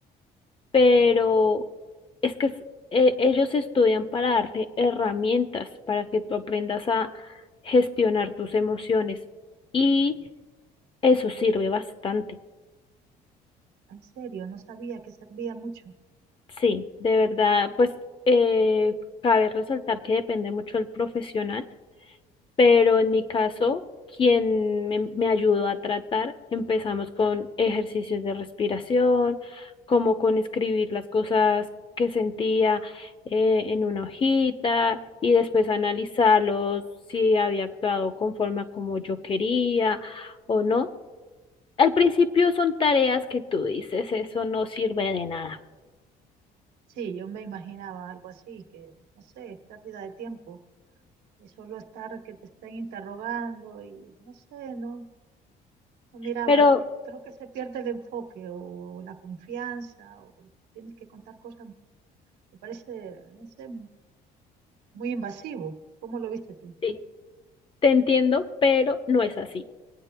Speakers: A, on the left; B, on the right.
A: pero es que es- e- ellos estudian para darte herramientas para que tú aprendas a gestionar tus emociones y eso sirve bastante.
B: En serio, no sabía que servía mucho.
A: Sí, de verdad, pues eh, cabe resaltar que depende mucho del profesional pero en mi caso, quien me, me ayudó a tratar, empezamos con ejercicios de respiración, como con escribir las cosas que sentía eh, en una hojita y después analizarlos si había actuado conforme a como yo quería o no. Al principio son tareas que tú dices, eso no sirve de nada,
B: Sí, yo me imaginaba algo así, que no sé, es pérdida de tiempo. Y solo estar que te estén interrogando y no sé, no, no miraba.
A: pero
B: que- Creo que se pierde el enfoque o, la confianza o tienes que contar cosas. Me parece, no sé, muy invasivo. ¿Cómo lo viste tú?
A: sí, te entiendo, pero no es así.